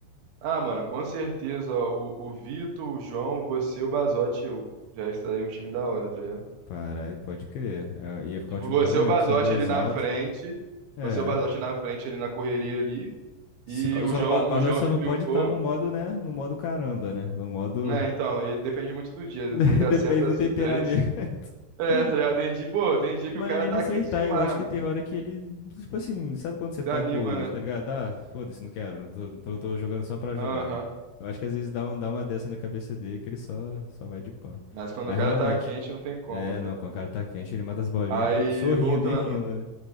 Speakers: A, on the right (about 85°); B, on the left (about 70°).
A: Ah, mano, com certeza, ó, o, o Vitor, o João, você, o Bazotti e eu. Já estaria um time da hora, tá ligado?
B: Caralho, pode crer. É, ia ficar
A: Tipo,
B: um time
A: você,
B: da hora mesmo,
A: o Bazotti
B: que são dois
A: ali na
B: altos.
A: frente,
B: É.
A: você, o Bazotti na frente ali na correria ali,
B: Só,
A: e o
B: só,
A: João,
B: ba- Basote
A: o João
B: só
A: de
B: não
A: Crioufor.
B: pode estar no modo, né? No modo caramba, né? No modo.
A: Né, então, ele depende muito do dia.
B: <laughs>
A: Quando ele acerta
B: Depende do
A: as
B: temperamento.
A: de três. É,
B: <laughs>
A: tá ligado? Tem dia, pô, tem dia que
B: Mas
A: o cara
B: é nem
A: tá
B: de acertar,
A: quente demais,
B: eu acho que
A: mano.
B: tem hora que ele. Tipo assim, sabe quando você
A: Desanima,
B: tá com.
A: né?
B: Tá ligado? Ah, foda-se, não quero. Tô, tô, tô jogando só pra jogar.
A: Aham.
B: Eu acho que às vezes dá, um, dá uma dessa na cabeça dele que ele só, só vai de pan.
A: Mas quando
B: Mas
A: o cara
B: realmente.
A: tá quente, não tem como,
B: É,
A: velho.
B: não, quando o cara tá quente, ele mata as bolinhas,
A: Aí,
B: tudo sorrindo
A: voltando.
B: e rindo, né?